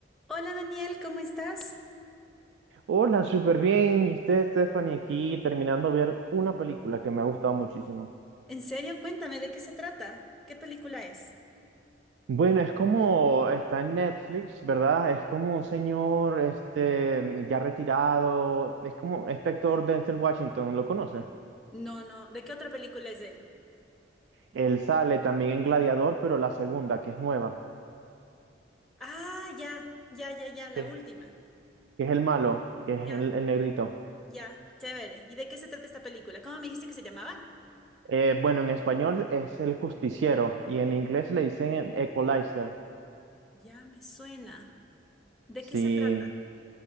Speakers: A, in the centre; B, on the right.
A: Hola Daniel, ¿cómo estás?
B: Hola, súper bien. Y usted, Stephanie, aquí terminando de ver una película que me ha gustado muchísimo.
A: En serio, cuéntame, ¿de qué se trata? ¿Qué película es?
B: Bueno, es como está en Netflix, ¿verdad? Es como un señor este, ya retirado. Es como este actor Denzel Washington, ¿lo conoce?
A: No, no, ¿de qué otra película es él?
B: Él sale también en Gladiador, pero la segunda, que es nueva,
A: Ah, ya, ya, ya, ya, la
B: que
A: última.
B: que es el malo, que es
A: Ya,
B: el, el negrito.
A: ya, chévere. ¿Y de qué se trata esta película? ¿Cómo me dijiste que se llamaba?
B: Eh, bueno, en español es el justiciero y en inglés le dicen Equalizer.
A: Ya me suena. ¿De
B: Sí,
A: qué se trata?